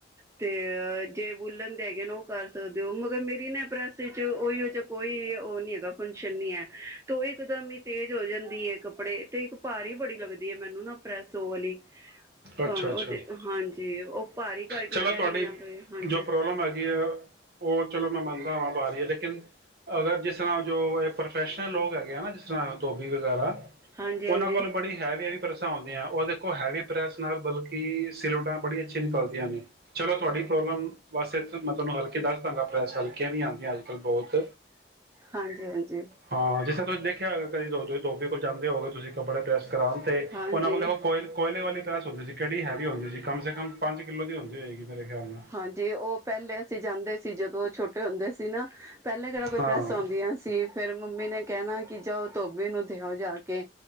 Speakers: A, on the right; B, on the right.
A: ਤੇ ਜੇ ਬੁਲਨ ਦੇ ਹੈਗੇ ਨ ਉਹ ਕਰ ਸਕਦੇ ਹੋ, ਮਗਰ ਮੇਰੀ ਨਾ ਪ੍ਰੈਸ ਵਿਚ ਉਓਹੀ ਜਹਾ ਕੋਈ ਉਹ ਨੀ ਹੈਗਾ ਫੰਕਸ਼ਨ ਨੀ ਹੈ ਤੇ ਇੱਕਦਮ ਹੀ ਤੇਜ਼ ਹੋ ਜਾਂਦੀ ਹੈ ਕੱਪੜੇ ਤੇ ਇੱਕ ਭਾਰੀ ਹੀ ਬੜੀ ਲੱਗਦੀ ਹੈ ਮੈਨੂੰ ਨਾ ਪ੍ਰੈਸੋ ਓ ਵਾਲੀ। ਭਾਵੇਂ
B: ਅੱਛਾ-ਅੱਛਾ।
A: ਉਹ ਤੇ ਹਾਂਜੀ ਉਹ ਭਾਰੀ ਕਰਕੇ
B: ਚਲੋ
A: ਕਹਿ
B: ਤੁਹਾਡੀ
A: ਰਹੀ ਆ ਬਈ ਹਾਂਜੀ
B: ਜੋ ਪ੍ਰੋਬਲਮ ਹੈਗੀ ਆ ਉਹ ਚਲੋ ਮੈਂ ਮੰਨਦਾ ਵਾਂ ਬਾਰੀ ਏ ਲੇਕਿਨ ਅਗਰ ਜਿਸਰ੍ਹਾਂ ਜੋ ਪ੍ਰੋਫੈਸ਼ਨਲ ਲੋਕ ਹੈਗੇ ਆ ਨਾ ਜਿਸ ਤਰ੍ਹਾਂ ਧੋਬੀ ਵਗੈਰਾ
A: ਹਾਂਜੀ ਹਾਂਜੀ
B: ਉਹਨਾਂ ਕੋਲ ਬੜੀ ਹੈਵੀ ਹੈਵੀ ਪ੍ਰੈਸਾਂ ਹੁੰਦੀਆਂ ਉਹਦੇ ਕੋਲ ਹੈਵੀ ਪ੍ਰੈੱਸ ਨਾਲ ਬਲਕਿ ਸਿਲਵਟਾ ਬੜੀ ਅੱਛੀ ਨਿਕਲਦੀਆਂ ਨੇ, ਚਲੋ ਤੁਹਾਡੀ ਪ੍ਰੋਬਲਮ ਵਾਸੇ ਮੈਂ ਤੁਹਾਨੂੰ ਹਲਕੇ ਦੱਸ ਦਾਂਗਾ ਪ੍ਰੈੱਸ ਹਲਕੀਆਂ ਵੀ ਆਂਦੀਆਂ ਅੱਜ ਕੱਲ੍ਹ ਬਹੁਤ।
A: ਹਾਂਜੀ-ਹਾਂਜੀ।
B: ਹਾਂ ਜਿਸ ਤਰ੍ਹਾਂ ਤੁਸੀਂ ਦੇਖਿਆ ਹੋ ਕਦੇੋ <unintelligible> ਦੋਬੀ ਕੋਲ ਜਾਂਦੇ ਹੋਗੇ ਤੁਸੀਂ ਕੱਪੜੇ ਪ੍ਰੈਸ ਕਰਉਣ ਤੇ
A: ਹਾਂਜੀ
B: ਉਹਨਾਂ ਕੋਲ ਦੇਖੋ ਕੋਇਲ-ਕੋਇਲੇ ਵਾਲੀ ਪ੍ਰੈਸ ਹੁੰਦੀ ਸੀ, ਕਿਹੜੀ ਹੈਵੀ ਹੁੰਦੀ ਸੀ ਕਮ ਸੇ ਕਮ ਪੰਜ ਕਿੱਲੋ ਦੀ ਹੁੰਦੀ ਹੋਏਗੀ। ਮੇਰੇ ਖਿਆਲ ਨਾਲ
A: ਹਾਂਜੀ ਉਹ ਪਹਿਲੇ ਅਸੀਂ ਜਾਂਦੇ ਸੀ ਜਦੋਂ ਛੋਟੇ ਹੁੰਦੇ ਸੀ ਨਾ ਪਹਿਲੇ ਕਿਹੜਾ ਕੋਈ
B: ਹਾਂ
A: ਪ੍ਰੈਸ ਆਉਂਦੀ ਸੀ ਫੇਿਰ ਮੰਮੀ ਨੇ ਕਹਿਣਾ ਕਿ ਜਾ ਧੋਬੀ ਨੂੰ ਦਿਓ ਜਾ ਕੇ